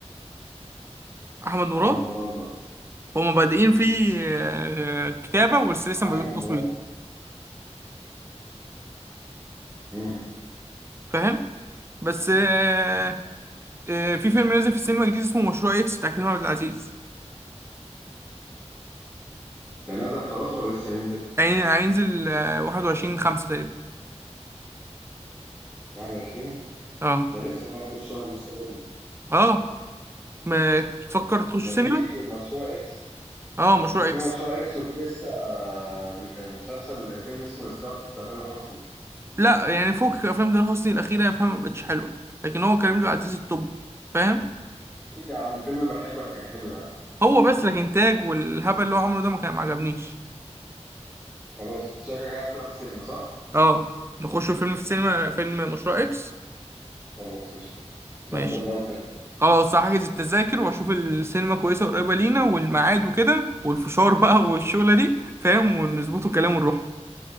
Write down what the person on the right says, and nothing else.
احمد مراد
هما بادئين فيه آه، آه، كتابة بس لسه ما
بدأوش تصوير
فاهم بس آه، آه، في فيلم نازل في السينما جديد اسمه مشروع اكس بتاع كريم عبد العزيز
هين- هينزل آه، 21 5 تقريبا
اه
اه ما تفكر تخش
سينما
اه مشروع
اكس
لا يعني فوق افلام ده حسني الاخيره فاهم ما بقتش حلوه لكن هو كريم عبد العزيز التوب فاهم
هو بس الانتاج والهبل اللي هو عمله ده ما كان ما عجبنيش
اه نخش فيلم في السينما
فيلم مشروع اكس
ماشي
خلاص هحجز التذاكر واشوف السينما كويسه قريبه لينا والميعاد وكده والفشار بقى والشغله دي فاهم ونظبطه كلام ونروح